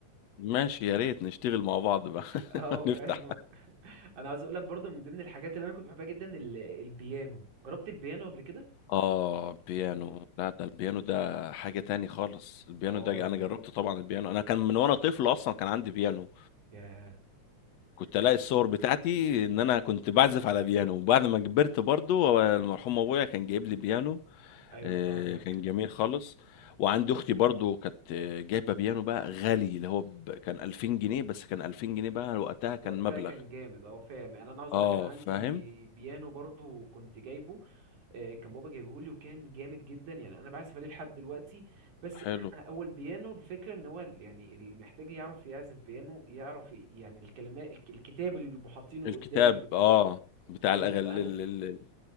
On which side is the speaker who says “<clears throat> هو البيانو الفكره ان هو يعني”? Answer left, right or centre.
Right